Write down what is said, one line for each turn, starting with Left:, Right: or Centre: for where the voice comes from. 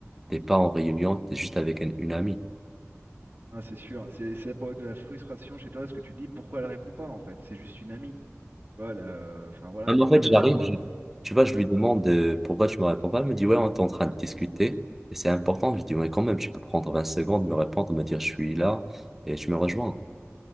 Centre: T'es pas en réunion, t'es juste avec un- une amie.
Right: Ah, c'est sûr, c'est c'est la période de la frustration chez toi, parce que tu te dis pourquoi elle répond pas en fait, c'est juste une amie. Tu vois, elle, euh, enfin voilà
Centre: Même
Right: pourquoi
Centre: en fait,
Right: elle,
Centre: j'arrive,
Right: elle voit.
Centre: je- tu vois, je
Right: Ouais.
Centre: lui demande euh, pourquoi tu me réponds pas. Elle me dit, ouais, on est en train de discuter et c'est important. Je dis, ouais, quand même, tu peux prendre 20 secondes, me répondre, me dire, je suis là et tu me rejoins.